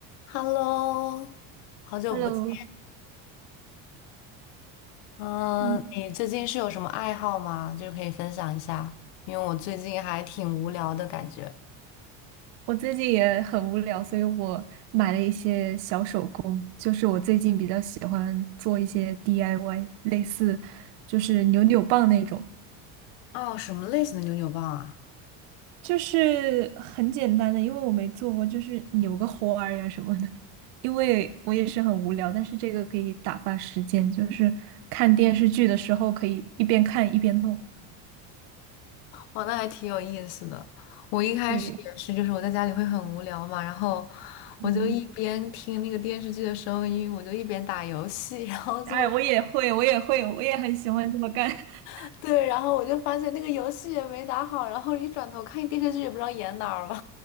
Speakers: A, on the left; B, on the right.
A: Hello，好久不见。
B: Hello，
A: 嗯，
B: 嗯，
A: 你最近是有什么爱好吗？就是可以分享一下，因为我最近还挺无聊的感觉。
B: 我最近也很无聊，所以我买了一些小手工，就是我最近比较喜欢做一些 DIY，类似就是扭扭棒那种，
A: 哦，什么类型的扭扭棒啊？
B: 就是很简单的，因为我没做过，就是扭个花儿呀什么的。因为我也是很无聊，但是这个可以打发时间，就是看电视剧的时候可以一边看一边弄。
A: 哇，那还挺有意思的。我一开始也是，
B: 对，
A: 就是我在家里会很无聊嘛，然后
B: 嗯，
A: 我就一边听那个电视剧的声音，我就一边打游戏，然后就
B: 哎，我也会，我也会，我也很喜欢这么干。<laughs>
A: <laughs> 对，然后我就发现那个游戏也没打好，然后一转头看电视剧也不知道演哪儿了。